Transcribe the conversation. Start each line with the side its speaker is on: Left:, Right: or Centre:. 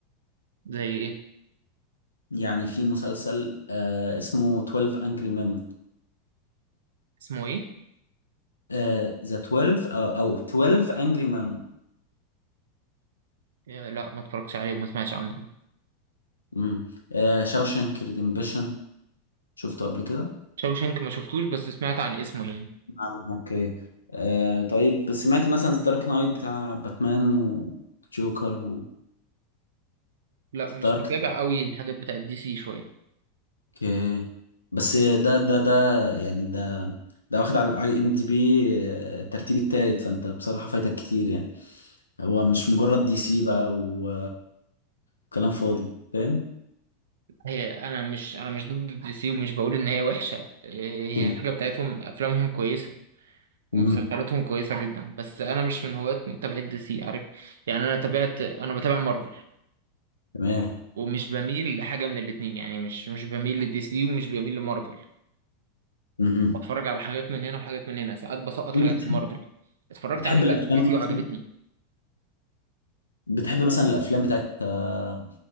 Right: زي ايه
Left: يعني في مسلسل آه اسمه 12 Angry Men
Right: اسمه ايه
Left: آه ذا 12 او او 12 Angry Men
Right: آه، لا ما اتفرجتش عليه وما سمعتش عنه ده
Left: امم آه شاوشانك ريديمبشن شفته قبل كده
Right: شاوشانك ما شفتوش بس سمعت عن اسمه يعني
Left: نعم اوكي آه طيب سمعت مثلا ذا دارك نايت بتاع باتمان وجوكر و
Right: لا مش
Left: دارك
Right: متابع قوي الحاجات بتاعت دي سي شويه
Left: اوكي بس ده ده ده يعني ده ده واخد على الاي ام دي بي الترتيب التالت فانت بصراحة فايتك كتير يعني هو مش مجرد دي سي بقى و- وكلام فاضي فاهم
Right: هي انا مش انا مش ضد دي سي ومش بقول ان هي وحشه آه، هي
Left: اوكي
Right: الحاجه بتاعتهم افلامهم كويسه
Left: مهم.
Right: ومسلسلاتهم كويسه جدا بس انا مش من هواة متابعه دي سي عارف يعني انا تابعت انا بتابع مارفل
Left: تمام
Right: ومش بميل لحاجه من الاتنين يعني مش مش بميل لدي سي ومش بميل لمارفل
Left: مهم.
Right: بتفرج على حاجات من هنا وحاجات من هنا ساعات بسقط
Left: وانت
Right: حاجات
Left: بتحب
Right: في مارفل اتفرجت
Left: بتحب
Right: على مم.
Left: الافلام
Right: حاجات في دي سي وعجبتني
Left: مثلا بتحب مثلا الافلام بتاعت آه،